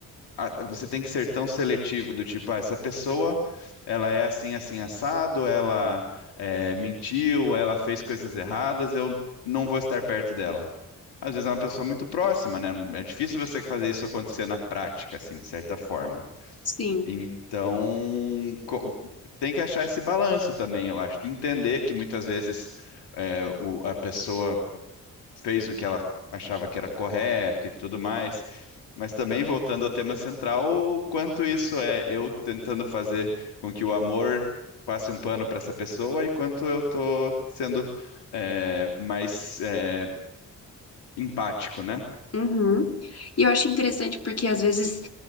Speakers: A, on the left (about 80°); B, on the left (about 40°).
A: a- você tem que ser tão seletivo do tipo, ah, essa pessoa, ela é assim, assim, assado, ela é, mentiu, ela fez coisas erradas, eu não vou estar perto dela. Às vezes é uma pessoa muito próxima, né? É difícil você fazer isso acontecer na prática, assim, de certa forma.
B: Sim.
A: Então, co- tem que achar esse balanço também, eu acho. Entender que muitas vezes é, o- a pessoa fez o que ela achava que era correto e tudo mais. Mas também, voltando ao tema central, o quanto isso é eu tentando fazer com que o amor passe um pano para essa pessoa e quanto eu tô sendo é, mais é, empático, né?
B: Uhum. E eu acho interessante porque às vezes